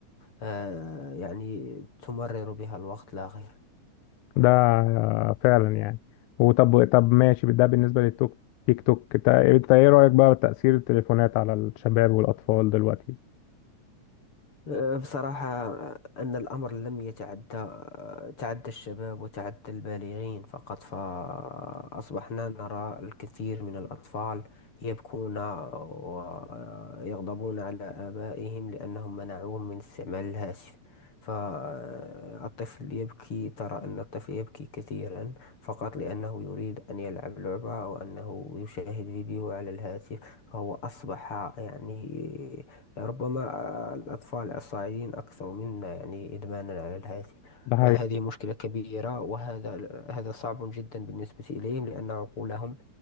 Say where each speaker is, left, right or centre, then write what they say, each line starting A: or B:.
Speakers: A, on the left (about 45°); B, on the left (about 80°).
A: آه، يعني تمرر بها الوقت لا غير
B: ده فعلا يعني وطب طب ماشي ده بالنسبة للتوك تيك توك انت انت ايه رأيك بقى بتأثير التليفونات على الشباب والأطفال دلوقتي
A: أه، بصراحة أن الأمر لم يتعدى أه، تعدى الشباب وتعدى البالغين فقط فأصبحنا نرى الكثير من الأطفال يبكون ويغضبون على آبائهم لأنهم منعوهم من استعمال الهاتف فالطفل يبكي ترى أن الطفل يبكي كثيرا فقط لأنه يريد أن يلعب لعبة أو أنه يشاهد فيديو على الهاتف فهو أصبح يعني ربما الأطفال الصاعدين أكثر منا يعني إدمانا على الهاتف
B: ده
A: فهذه
B: حقيقي
A: مشكلة كبيرة وهذا هذا صعب جدا بالنسبة إليهم لأن عقولهم